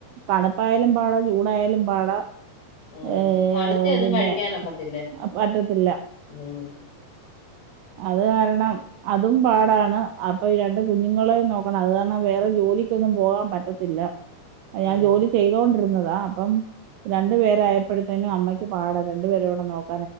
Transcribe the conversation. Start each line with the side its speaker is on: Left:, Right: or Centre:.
Right: തണുപ്പായാലും പാടാ ചൂടായാലും പാടാ
Left: ഉ
Right: ഏ
Left: തണുത്തി ഒന്നും
Right: പിന്നെ
Left: കഴിക്കാനൊക്കത്തില്ലേ
Right: പറ്റത്തില്ല
Left: ഉം
Right: അത് കാരണം അതും പാടാണ് അപ്പൊ ഈ രണ്ട് കുഞ്ഞുങ്ങളെയ നോക്കണം അത് കാരണം വേറെ ജോലിക്കൊന്നും പോകാൻ പറ്റത്തില്ല ഞാൻ
Left: ആഹ്
Right: ജോലി ചെയ്തോണ്ടിരുന്നതാ അപ്പം രണ്ടു പേരായപ്പോഴ അച്ഛനും അമ്മക്ക് പാ. ടാ രണ്ട നോക്ക.